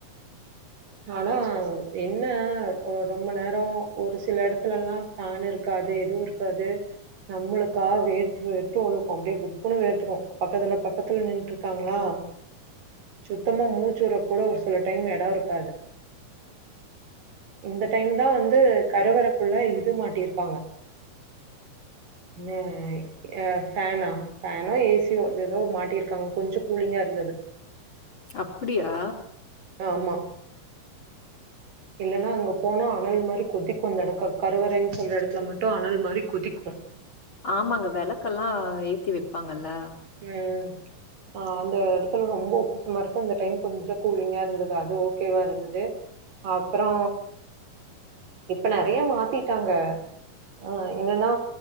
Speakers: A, on the right; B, on the left.
A: ஆனா என்ன ஒ ரொம்ப நேரோ ஒரு சில எடத்துலல்லா ஃபேன் இரு க்காது எது இருக்காது நம்மளுக்கா வேர்த்து வேர்த்து ஒழுகு அப்டியே குப்புன்னு வேர்த்துரு பக்கத்துல பக்கத்துல நின்ட்ருக்காங்களா சுத்தமா மூச்சு வுறக்கூட ஒரு சில டைம் எடோருக்காது இந்த டைம் தா வந்து கருவறக்குள்ள இது மாட்டிருக்காங்க ஏய் ஏ ஃபேனா ஃபேனோ ஏசியோ தெதோ மாட்டியிருக்காங்க கொஞ்சோ கூலிங்காருந்தது
B: அப்பிடியா
A: ஆமா இல்லைன்னா அங்க போனா அனல் மாரி கொதிக்கு இந்த எடக்க கருவறைன் சொல்ற எடத்துல மட்டு அனல் மாரி கொதிக்கு
B: ஆமாங்க வெளக்கல்லா ஏத்தி வெப்பாங்கல்ல
A: ம் ஆ அந்த எடத்துல ரொம்ப உப்புசமாருக்கு இந்த டைம் கொஞ்சோ கூலிங்காருந்தது அது ஓகேவாருந்தது அப்றோ இப்ப நறையா மாத்திட்டாங்க ஆ என்னன்னா